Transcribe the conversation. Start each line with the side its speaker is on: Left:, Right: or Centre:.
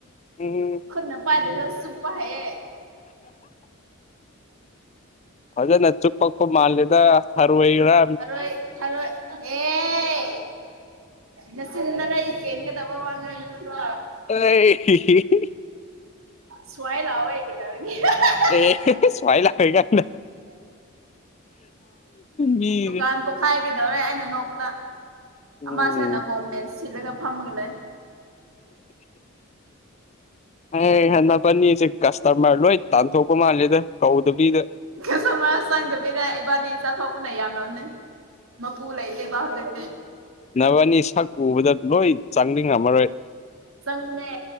Left: ꯎꯝ
Right: ꯈꯨꯠꯅ ꯄꯥꯏꯗꯁꯨ ꯆꯨꯄ ꯍꯩꯌꯦ
Left: ꯐꯖꯅ ꯆꯨꯞ ꯄꯛꯄ ꯃꯥꯜꯂꯤꯗ ꯊꯥꯔꯣꯏꯔ
Right: ꯍꯔꯣꯏ ꯍꯔꯣꯏ ꯑꯦ ꯅꯆꯤꯟ ꯅꯔꯩ ꯀꯦꯟꯒꯗꯕ ꯋꯥ ꯉꯥꯡꯒꯅꯨꯀꯣ
Left: ꯑꯩ
Right: ꯁ꯭ꯋꯥꯏ ꯂꯥꯎꯋ‌ꯦ ꯀꯦꯗꯧꯔꯤ <unintelligible>
Left: ꯑꯦ ꯁ꯭ꯋꯥꯏ ꯂꯥꯎꯋ‌ꯦꯒꯥꯏꯅ ꯃꯤꯁꯦ
Right: ꯗꯨꯀꯥꯟ ꯄꯣꯛꯈꯥꯏꯒ‌ꯦꯗꯧꯔꯦ ꯑꯩꯅ ꯅꯣꯛꯄꯗ
Left: ꯎꯝ
Right: ꯑꯃꯁꯦꯅ ꯀꯣꯃꯦꯟ ꯁꯤꯜꯂꯒ ꯐꯝꯃꯒ ꯂꯩ
Left: ꯑꯦ ꯍꯟꯅ ꯄꯅꯤꯁꯦ ꯀꯥꯁꯇꯝꯃꯔ ꯂꯣꯏ ꯇꯥꯟꯊꯣꯛꯄ ꯃꯥꯜꯂꯦꯗ ꯀꯧꯗꯕꯤꯗ
Right: ꯀꯁꯇꯃꯔ ꯆꯪꯗꯕꯤꯗ ꯏꯕꯥꯅꯤ ꯆꯥꯊꯣꯛꯄꯅ ꯌꯥꯝꯔꯝꯅꯤ ꯃꯥꯄꯨ ꯂꯩꯇ‌ꯦꯕ ꯍꯧꯖꯤꯛꯇꯤ
Left: ꯅꯕꯅꯤ ꯁꯛ ꯎꯕꯗ ꯂꯣꯏ ꯆꯥꯡꯅꯤꯡꯉꯝꯃꯔꯣꯏ
Right: ꯆꯪꯕꯅꯦ